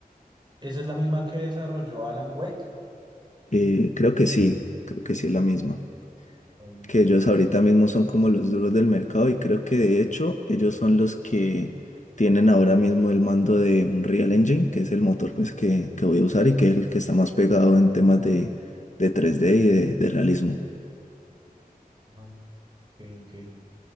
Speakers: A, on the right (about 30°); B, on the left (about 50°).
A: ¿Esa es la misma que desarrolló Alan Wake?
B: Eh, creo que sí, creo que sí es la misma.
A: Ok,
B: que ellos ahorita mismo son como los duros del mercado y creo que de hecho ellos son los que tienen ahora mismo el mando de un Real Engine, que es el motor pues que, que voy a usar y que es el que está más pegado en temas de, de tres d y de, de realismo.
A: ok, ok.